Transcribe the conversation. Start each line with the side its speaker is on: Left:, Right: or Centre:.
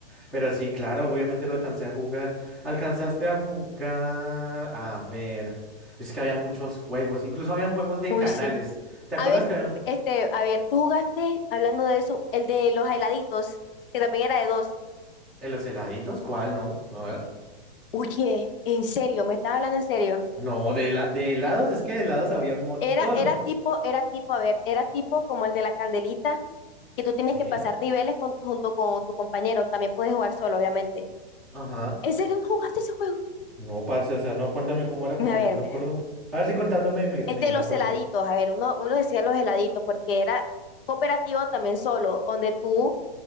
Centre: Pero sí, claro, obviamente lo alcancé a jugar. Alcanzaste a jugar. A ver. Es que habían muchos juegos. Incluso habían juegos de
Left: Uy,
Centre: canales.
Left: sí.
Centre: ¿Te acuerdas
Left: A ver,
Centre: que habían
Left: este, a ver, tú jugaste, hablando de eso, el de los heladitos, que también era de dos.
Centre: en los heladitos? ¿Cuál no? A ver.
Left: Oye, en serio, me estás hablando en serio.
Centre: No, de, la... de helados, es que de helados había un montón.
Left: Era, era tipo, era tipo, a ver, era tipo como el de la candelita, que tú tienes
Centre: Sí.
Left: que pasar niveles con- junto con tu compañero. También puedes jugar solo, obviamente.
Centre: Ajá.
Left: ¿En serio no jugaste ese juego?
Centre: No, parce, o sea, no, cuéntame cómo era porque
Left: A ver,
Centre: no me acuerdo. A ver si contándome me, me,
Left: el de
Centre: me
Left: los
Centre: acuerdo.
Left: heladitos, a ver, uno, uno decía los heladitos, porque era cooperativo también solo, donde tú